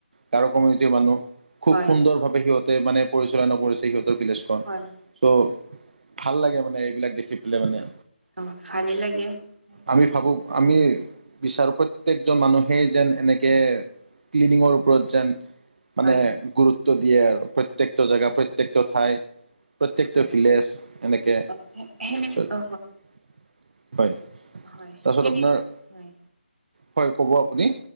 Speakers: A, on the right (about 55°); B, on the right (about 75°).
A: গাৰু কমিউনিটিৰ মানুহ খুব
B: হয়
A: সুন্দৰভাৱে সিহঁতে মানে পৰিচালনা কৰিছে সিহঁতৰ ভিলেজখন।
B: হয়
A: চ' ভাল লাগে মানে এইবিলাক দেখি পেলাই মানে।
B: অঁ' ভালেই লাগে।
A: আমি
B: মানে
A: ভাবো আমি বিচাৰো প্ৰত্যেকজন মানুহেই যেন এনেকে ক্লিনিংৰ ওপৰত যেন মানে
B: হয়
A: গুৰুত্ব দিয়ে আৰু প্ৰত্যেকটো জেগা প্ৰত্যেকটো ঠাই- প্ৰত্যেকটো
B: হয়
A: ভিলেজ এনেকে
B: অ সেনে
A: হয়।
B: অ হয়
A: তাৰপিছত
B: সেনে
A: আপোনাৰ,
B: হয়
A: হয় ক'ব আপুনি?